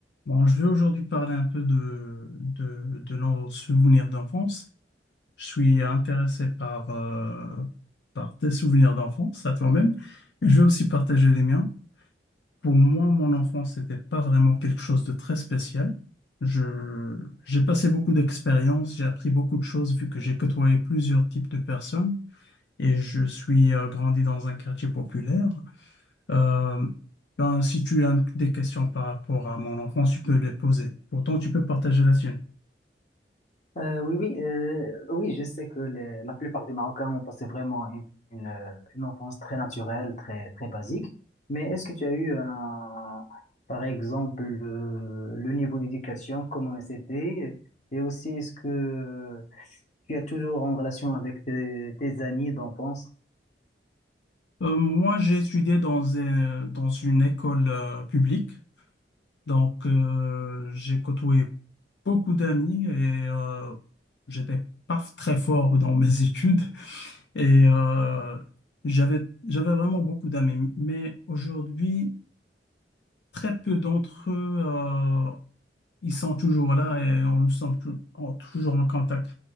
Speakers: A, on the left; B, on the left.
A: Bon, je vais aujourd'hui parler un peu de, de, de nos souvenirs d'enfance. Je suis intéressé par, euh, par tes souvenirs d'enfance, à toi-même. Et Je vais aussi partager les miens. Pour moi, mon enfance n'était pas vraiment quelque chose de très spécial. Je, j'ai passé beaucoup d'expériences, j'ai appris beaucoup de choses vu que j'ai côtoyé plusieurs types de personnes et je suis euh, grandi dans un quartier populaire. Euh, ben, si tu as des questions par rapport à mon enfance, tu peux les poser. Pourtant, tu peux partager la tienne.
B: Euh, oui, oui, euh, oui, je sais que les- la plupart des Marocains ont passé vraiment une, une, euh, une enfance très naturelle, très, très basique. Mais est-ce que tu as eu, un- par exemple, euh, le niveau d'éducation, comment c'était? Et aussi, est-ce que tu es toujours en relation avec tes, tes amis d'enfance?
A: Euh, moi, j'ai étudié dans, un- dans une école euh, publique, donc euh, j'ai côtoyé beaucoup d'amis et euh, j'étais pas très fort dans mes <laughs> études et euh, j'avais j'avais vraiment beaucoup d'amis. Mais aujourd'hui, très peu d'entre eux, euh, ils sont toujours là et on nous sommes tou- en- toujours en contact.